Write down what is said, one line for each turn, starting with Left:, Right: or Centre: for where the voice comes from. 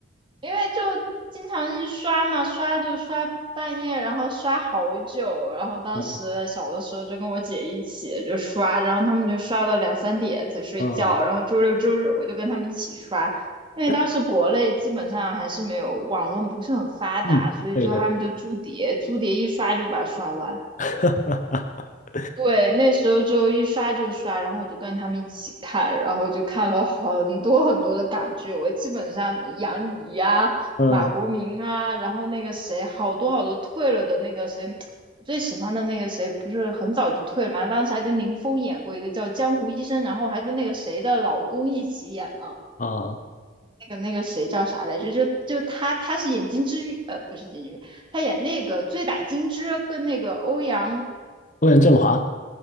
Right: 因为就经常一刷嘛，刷就刷半夜，然后刷好久。然后当时小的时候就跟我姐一起就刷，
Left: 啊
Right: 然后他们就刷到两三点才睡觉。
Left: 啊，
Right: 然后周六周日我就跟他们一起刷，因为当时国内基本上还是没有网络不是很发达，
Left: 但嗯，
Right: 所以就他们就租碟，
Left: 对对，
Right: 租碟一刷就把它刷完。
Left: <laughs>
Right: 对，那时候就一刷就刷，然后我就跟他们一起看，然后就看了很多很多的港剧。我基本上杨怡啊、
Left: 嗯
Right: 马国明啊，然后那个谁，好多好多退了的那个谁，我最喜欢的那个谁，不是很早就退了嘛？当时还跟林峰演过一个叫《江湖医生》，然后还跟那个谁的老公一起演的。
Left: 啊，
Right: 那个那个谁叫啥来着？就就他，他是演金枝玉，呃，不是金枝玉，他演那个《醉打金枝》跟那个欧阳
Left: 欧阳震华、